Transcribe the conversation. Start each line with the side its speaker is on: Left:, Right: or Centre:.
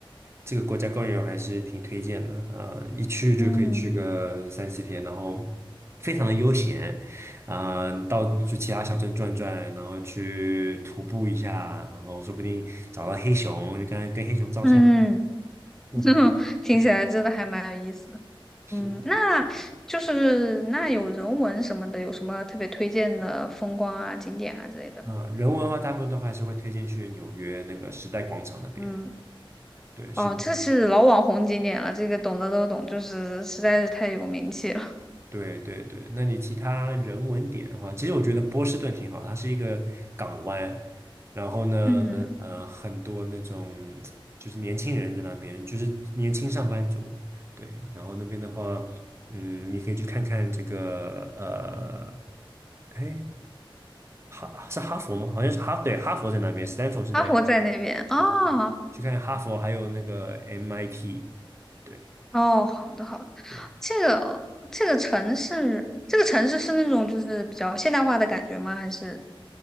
Right: 这个国家公园我还是挺推荐的，呃，一去就可以去个三四天，
Centre: 嗯
Right: 然后非常的悠闲，啊、到去其他小镇转转，然后去徒步一下，然后说不定找到黑熊，就跟跟黑熊照相。
Centre: 嗯，
Right: 嗯，
Centre: <laughs> 听起来真的还蛮有意思的
Right: 对，是，
Centre: 嗯，那就是那有人文什么的，有什么特别推荐的风光啊、景点啊之类的吗？
Right: 啊、人文的话，大部分都还是会推荐去纽约那个时代广场那边，
Centre: 嗯，
Right: 对，是的。
Centre: 哦，这是老网红景点了，这个懂的都懂，就是实在是太有名气了。
Right: 对对对，那你其他人文点的话，其实我觉得波士顿挺好，它是一个港湾，然后嗯呢，
Centre: <laughs> 嗯，
Right: 呃，很多那种就是年轻人在那边，就是年轻上班族，对，然后那边的话，嗯，你可以去看看这个，呃，哎，哈是哈佛吗？好像是哈，对，哈佛在那边，Stanford 是在，
Centre: 阿婆在那边啊，
Right: 对对，
Centre: 哦
Right: 对去看哈佛，还有那个 MIT，对。
Centre: 哦，好的好的，
Right: 对。
Centre: 这个这个城市，这个城市是那种就是比较现代化的感觉吗？还是